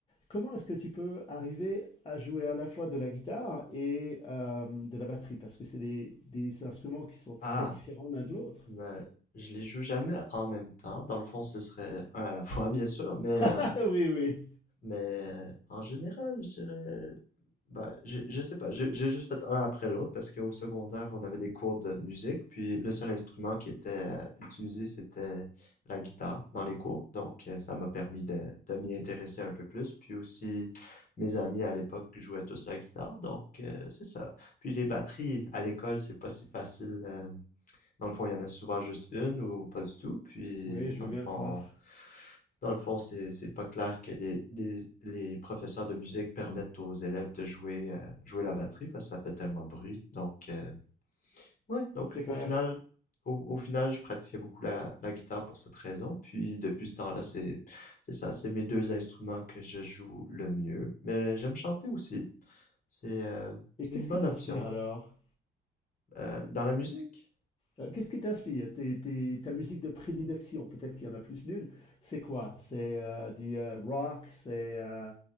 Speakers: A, on the left (about 25°); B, on the left (about 45°).
A: Comment est-ce que tu peux arriver à jouer à la fois de la guitare et euh, de la batterie? Parce que c'est des, des instruments qui sont très
B: Ah,
A: différents l'un de l'autre.
B: ben,
A: <laughs>
B: je les joue jamais en même temps. Dans le fond, ce serait un à la fois, bien sûr, mais euh,
A: Ah oui, oui,
B: Mais en général, je dirais, bah, je, je sais pas, j'ai j'ai juste fait un après l'autre parce qu'au secondaire, on avait des cours de musique, puis le seul instrument qui était euh, utilisé, c'était la guitare dans les cours. Donc, euh, ça m'a permis de, de m'y intéresser un peu plus. Puis aussi, mes amis à l'époque jouaient tous la guitare, donc euh, c'est ça. Puis les batteries à l'école, c'est pas si facile. euh, dans le fond, il y en a souvent juste une ou pas du tout. Puis,
A: oui, je
B: dans
A: veux
B: le
A: bien
B: fond,
A: le croire.
B: dans le fond, c'est c'est pas clair que les, les, les professeurs de musique permettent aux élèves de jouer euh, jouer la batterie parce que ça fait tellement de bruit. Donc euh, ouais, donc
A: C'est clair.
B: au final au, au final, je pratiquais beaucoup la, la guitare pour cette raison. Puis depuis ce temps-là, c'est c'est ça, c'est mes deux instruments que je joue le mieux. Mais j'aime chanter aussi. C'est euh,
A: Et
B: c'est
A: qu'est-ce
B: une bonne
A: qui t'inspire
B: option.
A: alors?
B: Euh, dans la musique,
A: Euh, Qu'est-ce qui t'inspire? Tes- tes- ta musique de prédilection, peut-être qu'il y en a plus d'une. C'est quoi? C'est euh, du euh, rock, c'est euh,